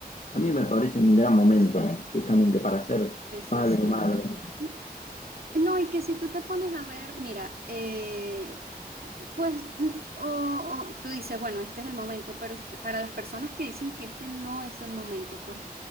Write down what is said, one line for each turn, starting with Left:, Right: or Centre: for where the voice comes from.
Left: A mí me parece un gran momento
Right: es,
Left: justamente para ser
Right: eso
Left: padre
Right: es cierto.
Left: o madre.
Right: No, No, y que si tú te pones a ver, mira, eh, pues n- o, o tú dices, bueno, este es el momento, pero s- para las personas que dicen que este no es el momento, pues